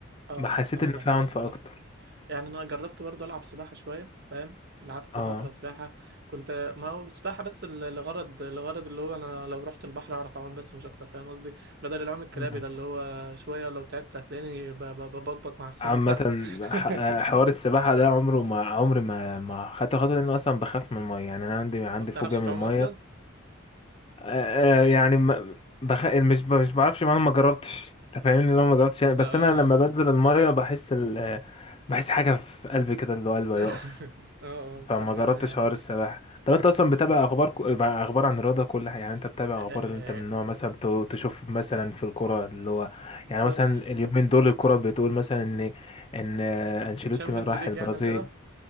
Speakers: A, on the right; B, on the left.
A: اه
B: حسيت
A: اه
B: إن
A: ده
B: فيها
A: حقيقة
B: عنف
A: الصراحة
B: أكتر
A: يعني انا جربت برضه العب سباحه شويه فاهم لعبت
B: أه
A: فتره سباحه كنت ما هو سباحه بس ل- لغرض لغرض اللي هو انا لو رحت البحر اعرف اعوم بس مش اكتر فاهم قصدي بدل العوم الكرابي
B: مم.
A: ده اللي هو شويه لو تعبت هتلاقيني ب- ب- ببطبط مع السمك
B: عامة
A: تحت <laughs>
B: ح- حوار السباحة ده عمره ما عمري ما ما خدت خطوة لأن أصلا بخاف من المية يعني أنا عندي عندي
A: ما بتعرفش
B: فوبيا من
A: تعوم
B: المية
A: اصلا
B: آه، آه، يعني ما- بخ... مش ب- مش بعرفش ما أنا ما جربتش أنت فاهمني لو ما جربتش يعني بس
A: اه
B: أنا لما
A: اه
B: بنزل المية بحس ال... آه، بحس حاجة في قلبي كده اللي هو قلبي
A: <laughs>
B: هيقف
A: اه آه، بتخاف
B: فما جربتش
A: منها يعني
B: حوار السباحة طب انت اصلا
A: اه
B: بتابع اخبار ك... مع اخبار عن الرياضة كلها يعني انت بتابع
A: آه،
B: اخبار اللي انت من نوع مثلا ت- تشوف مثلا في الكرة اللي هو
A: بص
B: يعني مثلا اليومين دول الكرة بتقول مثلا ان ان آه، انشيلوتي
A: تشامبيونز
B: راح
A: ليج
B: البرازيل
A: يعني وكده